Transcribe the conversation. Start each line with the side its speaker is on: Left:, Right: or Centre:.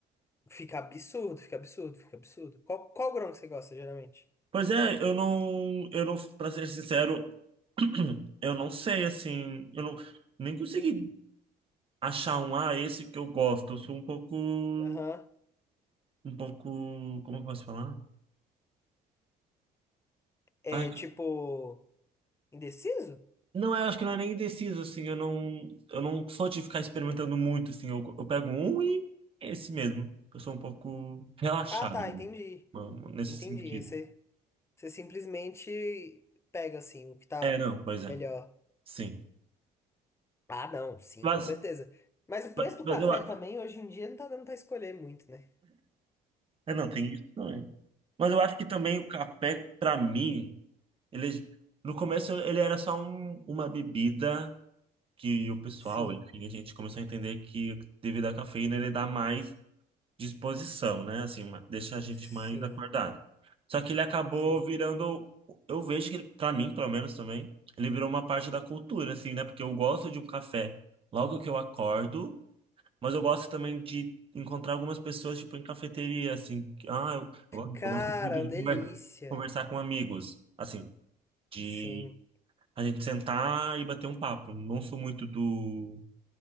Left: fica absurdo, fica absurdo, fica absurdo. Qual qual grão que você gosta geralmente?
Right: Pois é, eu não, eu não, para ser sincero, <clears throat> Eu não sei, assim, eu não, nem consegui achar um, ah, esse que eu gosto. Eu sou um pouco,
Left: Aham.
Right: um pouco, como eu posso falar?
Left: É
Right: Ai,
Left: tipo, indeciso?
Right: não, é, eu acho que não é nem indeciso, assim, eu não, eu não sou de ficar experimentando muito, assim, eu, eu pego um e é esse mesmo. Eu sou um pouco relaxado,
Left: Ah, tá,
Right: né?
Left: entendi.
Right: Não, nesse
Left: Entendi.
Right: sentido.
Left: Aí você, você simplesmente pega assim o que tá
Right: É, não, pois é,
Left: melhor.
Right: sim.
Left: Ah, não, sim,
Right: Mas,
Left: com certeza. Mas o
Right: mas
Left: preço do
Right: eu,
Left: café
Right: a-
Left: também hoje em dia não tá dando pra escolher muito, né?
Right: é, não, tem isso também. Mas eu acho que também o café, pra mim, Ele, no começo ele era só um- uma bebida que o pessoal,
Left: Sim,
Right: enfim, a gente começou a entender que devido à cafeína ele dá mais disposição, né? Assim, ma- deixa a gente
Left: sim,
Right: mais acordado. Só que ele acabou
Left: sim.
Right: virando, eu vejo que ele, para mim, pelo menos também, ele virou uma parte da cultura, assim, né? Porque eu gosto de um café logo que eu acordo, mas eu gosto também de encontrar algumas pessoas, tipo, em cafeteria, assim, que, ah, eu, eu gosto
Left: Cara,
Right: eu gosto muito de
Left: uma delícia.
Right: conver- conversar com amigos, assim de
Left: Sim,
Right: a gente sentar e bater um papo. Não sou muito do,